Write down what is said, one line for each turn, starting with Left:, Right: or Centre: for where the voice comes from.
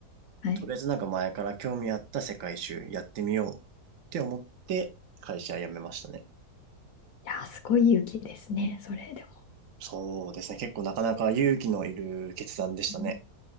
Left: はい
Right: とりあえずなんか前から興味あった世界一周やってみようって思って会社辞めましたね。
Left: いやー、すごい勇気ですね、それでも。
Right: そうですね。結構なかなか勇気のいる決断でしたね。
Left: うん